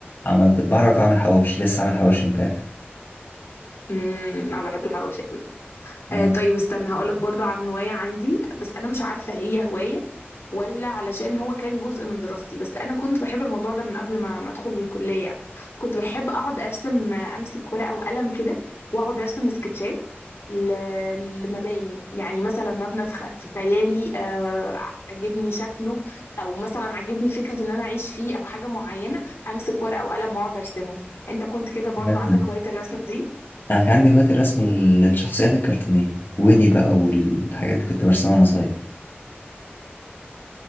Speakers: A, on the left (about 55°); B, on the left (about 80°).
A: عملت بعرف اعمل حواوشي لسه عامل حواوشي امبارح
B: <laughs> امم انا بحب الحواوشي آه
A: آه،
B: طيب استنى هقولك برضو عن هواية عندي بس أنا مش عارفة هي هواية ولا علشان هو كان جزء من دراستي بس أنا كنت بحب الموضوع ده من قبل ما ما أدخل الكلية يعني كنت بحب أقعد أرسم آه، أمسك ورقة وقلم كده وأقعد أرسم سكتشات ل- لمباني يعني مثلا مبنى في خ- في خيالي آه، عجبني شكله أو مثلا عجبني فكرة إن أنا أعيش فيه أو حاجة معينة أمسك ورقة وقلم وأقعد أرسمه أنت كنت كده برضو
A: جامد.
B: عندك هواية الرسم دي؟
A: انا كان عندي هواية الرسم لل- للشخصيات الكرتونية ويني بقى والحاجات دي كنت برسمها وانا صغير